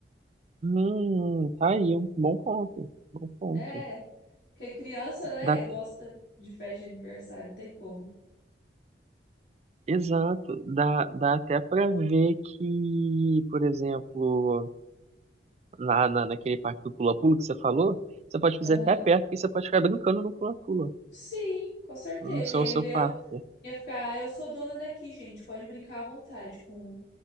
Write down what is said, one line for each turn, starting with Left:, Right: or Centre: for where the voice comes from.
Right: hum, tá aí, um bom ponto, bom ponto.
Left: É, porque criança, né,
Right: Dá,
Left: gosta de festa de aniversário, não tem como.
Right: exato, dá, dá até pra ver que, por exemplo, na, na, naquele parque do pula-pula que você falou, você pode fazer
Left: Aham.
Right: até perto, e você pode ficar brincando no pula-pula,
Left: Sim, com certeza.
Right: no seu,
Left: E ainda
Right: seu
Left: eu
Right: parque.
Left: ia ficar, "Ah, eu sou dona daqui, gente, pode brincar à vontade com,